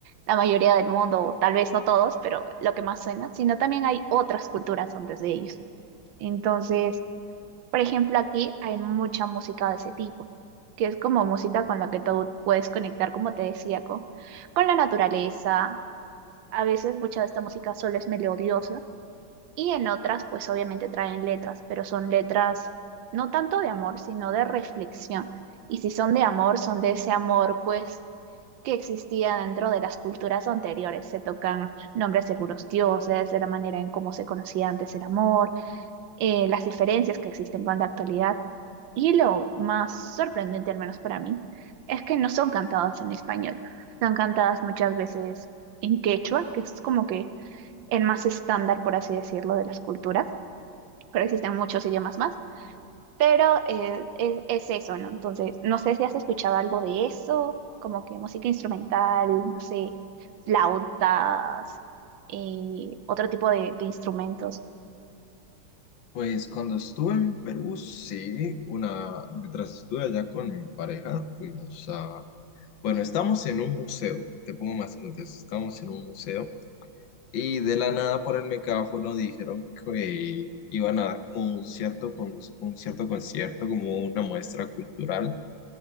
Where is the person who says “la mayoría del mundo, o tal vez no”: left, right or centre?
Right